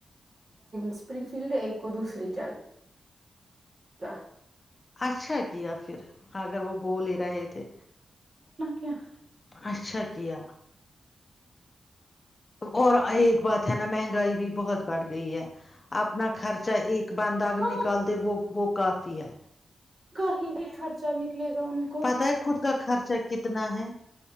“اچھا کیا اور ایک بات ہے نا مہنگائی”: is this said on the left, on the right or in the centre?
Left